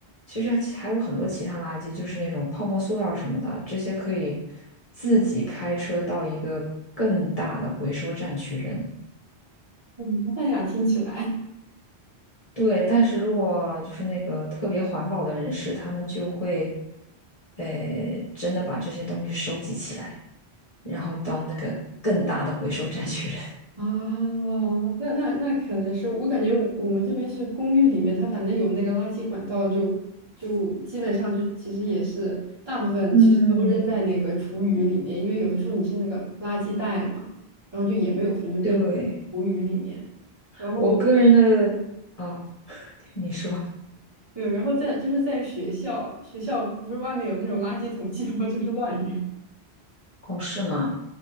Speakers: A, on the left; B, on the right.
A: 其实还还有很多其他垃圾，就是那种泡沫塑料什么的，这些可以自己开车到一个更大的回收站去扔。
B: 很麻烦呀，听起来。
A: 对，但是如果就是那个特别环保的人士，他们就会，呃，真的把这些东西收集起来，然后到那个更大的回收站去扔。
B: 啊，那那那可能是我感觉我我们这边是公寓里面，它反正有那个垃圾管道就，就基本上就其实也是大部分其实都扔在那个厨余里面，
A: <laughs> 嗯，
B: 因为有的时候你是那个垃圾袋嘛，然后就也没有分，就扔到厨余里面。
A: 对，
B: 然后
A: 我个人的，哦，<laughs> 你说，
B: 没有，然后在就是在学校，学校不是外面有那种垃圾桶，基本上就是乱扔。
A: 哦，是吗？